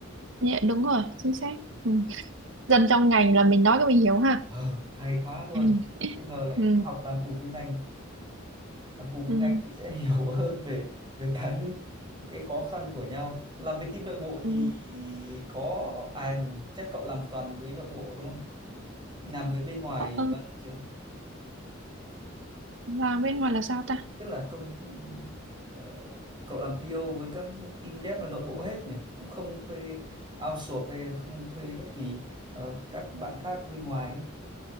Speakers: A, on the right (about 70°); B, on the right (about 25°).
A: Dạ, đúng rồi, chính xác. Ừ. Dân trong ngành là mình nói cái mình hiểu ha.
B: Ờ, hay quá luôn.
A: Ừ.
B: Không ngờ lại
A: Ừ.
B: học làm cùng với ngành, làm cùng với
A: Ừ.
B: ngành thì sẽ <laughs> hiểu hơn về về cái cái khó khăn của nhau. Làm với team nội bộ thì
A: Ừ.
B: có à chắc cậu làm toàn với nội bộ đúng không? Làm với bên ngoài
A: Ờ, ờ,
B: bao giờ chưa?
A: Làm bên ngoài là sao ta?
B: tức là công ờ, cậu làm PO với các team dev là nội bộ hết nhỉ cũng không thuê outsource hay không thuê bất kỳ ờ, các bạn khác bên ngoài ấy.